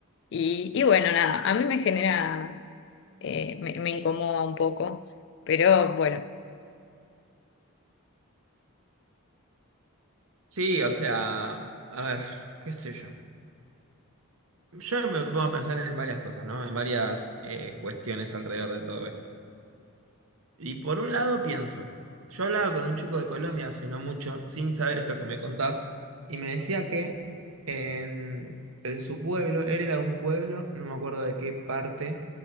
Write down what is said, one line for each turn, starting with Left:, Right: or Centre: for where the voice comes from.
Left: Y, y bueno, nada, a mí me genera, eh, me me incomoda un poco, pero bueno.
Right: Sí, o sea, a ver, qué sé yo. Yo me pongo a pensar en varias cosas, ¿no? En varias eh, cuestiones alrededor de todo esto. Y por un lado pienso, yo hablaba con un chico de Colombia hace no mucho, sin saber esto que me contás, y me decía que en, en su pueblo, él era de un pueblo, no me acuerdo de qué parte